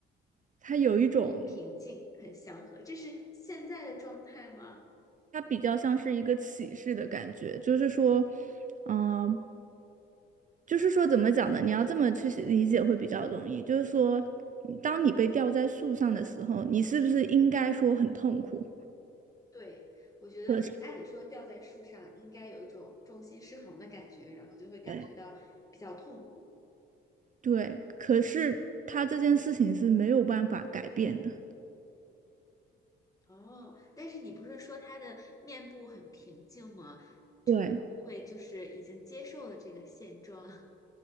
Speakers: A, on the right; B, on the left.
A: 他有一种，
B: 嗯，平静很祥和，这是现在的状态吗？
A: 他比较像是一个启示的感觉，就是说，嗯、就是说怎么讲呢？你要这么去理解会比较容易。就是说，当你被吊在树上的时候，你是不是应该说很痛苦？
B: 对，我觉得按理说吊在树上应该有一种重心失衡的感觉，
A: 可是，
B: 然后就会感觉到比较痛苦。
A: 对，对，可是他这件事情是没有办法改变的。
B: 哦，但是你不是说他的面部很平静吗？
A: 对，
B: 会就是已经接受了这个现状，